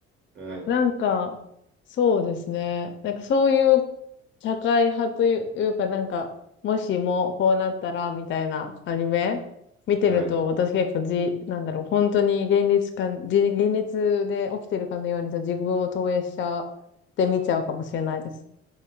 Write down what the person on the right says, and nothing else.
はい、
はい、